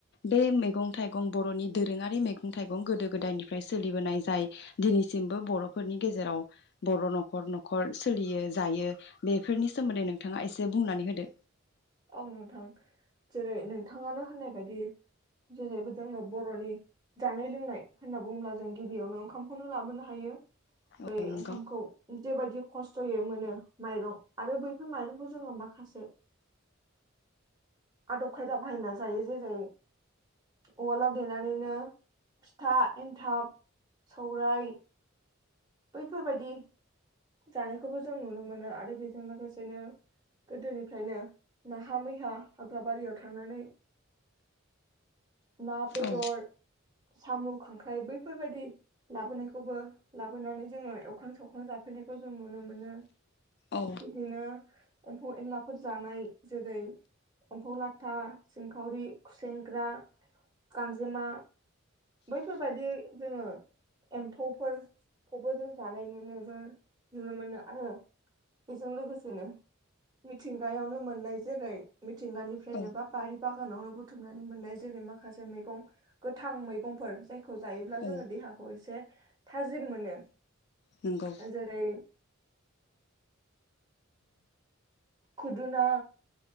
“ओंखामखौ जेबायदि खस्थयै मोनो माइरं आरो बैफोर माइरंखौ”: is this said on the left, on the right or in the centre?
Right